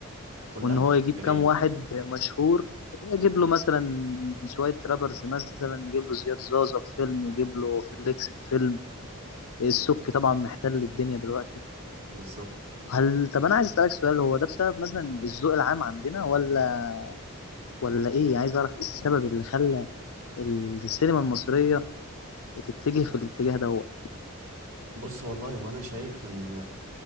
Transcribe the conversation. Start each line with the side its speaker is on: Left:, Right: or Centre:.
Right: كلها
Left: وان هو يجيب
Right: تجارية
Left: كام واحد مشهور يجيب له مثلا شوية رابرز مثلا يجيب له زياد زازا في فيلم يجيب له فليكس في فيلم السبكي طبعا محتل الدنيا دلوقتي
Right: بالظبط
Left: هل طب انا عايز اسالك سؤال هو ده بسبب مثلا الذوق العام عندنا ولا ولا ايه يعني عايز اعرف ايه السبب اللي خلى السينما المصرية تتجه في الاتجاه دوت
Right: بص والله وانا شايف ان